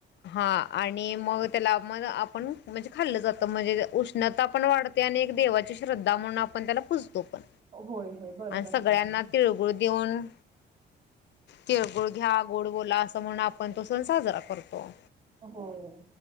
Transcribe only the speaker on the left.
हा आणि मग त्याला मग आपण म्हणजे खाल्लं जातं म्हणजे उष्ण उष्णता पण वाढते आणि एक देवाची श्रद्धा म्हणून आपण त्याला पुूजतो पण.
आणि सगळ्यांना
तिळगुळ देऊन तिळगुळ घ्या गोड बोला असं म्हणुन आपण तो सण साजरा करतो.